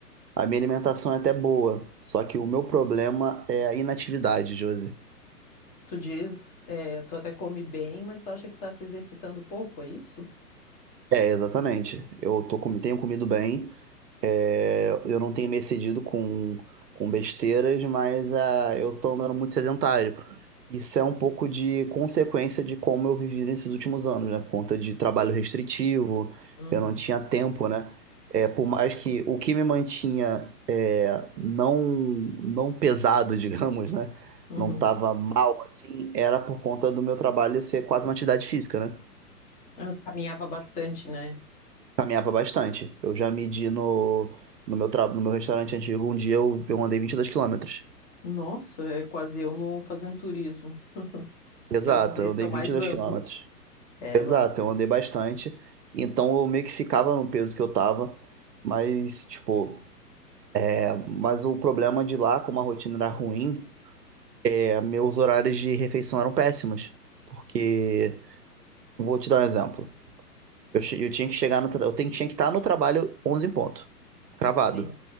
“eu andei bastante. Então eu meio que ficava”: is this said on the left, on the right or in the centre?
Right